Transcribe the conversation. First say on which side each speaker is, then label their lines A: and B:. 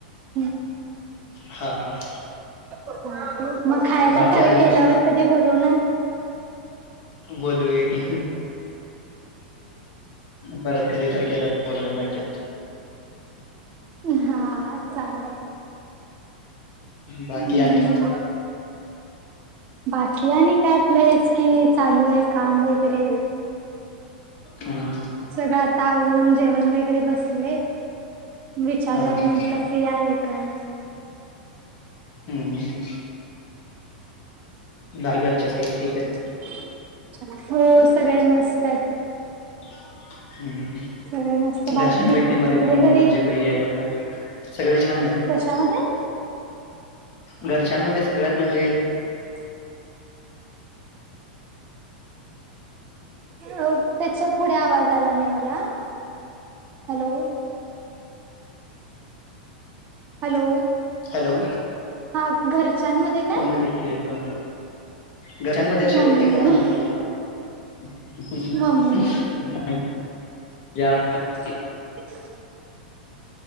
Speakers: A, on the right; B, on the left.
A: हुं-
B: हां हां-
A: <inaudible> मग खायला
B: बाकी
A: कधी
B: अजून
A: केल्यावर कधी बोलवणार?
B: बोलोलू या की- परत कधी तर केलं बोलवीन नक्कीच.
A: हां चाले-
B: बाकी
A: हुं
B: आणि
A: बाकी आणि काय आपलं हेच कि- चालूयें काम वगैरे-
B: हम्म हम्म
A: सगळं आता आवरून जेवण वगैरे बसले विचारूयात
B: हा हा हम्म
A: म्हटलं फ्री आहे- काय?
B: हुं हुं बाकी घरचे सगळे ठीकयेतं?
A: <unintelligible> हो सगळे मस्त आहेत.
B: <unintelligible> हुं हुं-
A: सगळे मस्त बाकी
B: घरच्यांन व्यक्तींमध्ये
A: तिकडे
B: कोण
A: घरी
B: म्हणजे प्रिय आहे तुझ्या सगळे छान आहेत.
A: त्यामध्ये-
B: घरच्यांमध्ये सगळ्यात म्हणजे
A: <inaudible> हो त्याचा पुढे आवाज आला नाही मला हॅलो हॅलो
B: हॅलो
A: हा घरच्यांमध्येध्ये काय
B: ति अस म्ह
A: <inaudible>
B: घरांमध्ये
A: मम्मी
B: अशी व्यक्ती कोण आवाडते तुला? <unintelligible>
A: मम्मी <unintelligible>